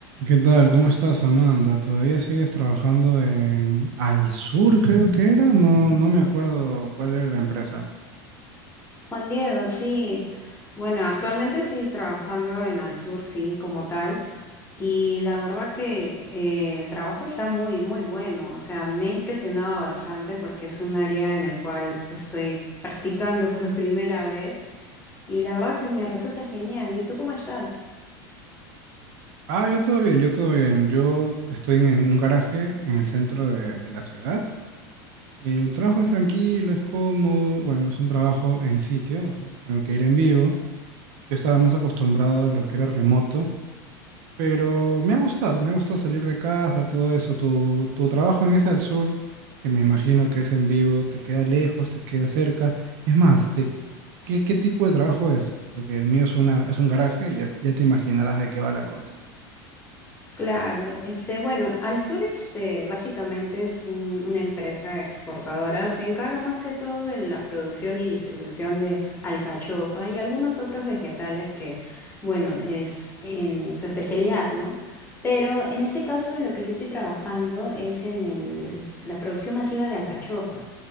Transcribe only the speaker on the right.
¿Qué tal? ¿Cómo estás, Amanda? ¿Todavía sigues trabajando en Al Sur, creo que era? No, no me acuerdo cuál era la empresa.
Ah, yo todo bien, yo todo bien. Yo estoy en un garaje en el centro de, de la ciudad. El trabajo es tranquilo, es cómodo. Bueno, es un trabajo en sitio, o sea, tengo que ir en vivo. Yo estaba más acostumbrado a lo que era remoto. Pero me ha gustado, me ha gustado salir de casa, todo eso. Tu, tu trabajo en ese al sur, que me imagino que es en vivo, te queda lejos, te queda cerca. Es más, ¿de qué, qué tipo de trabajo es? Porque el mío es una, es un garaje y ya, ya te imaginarás de qué va la cosa.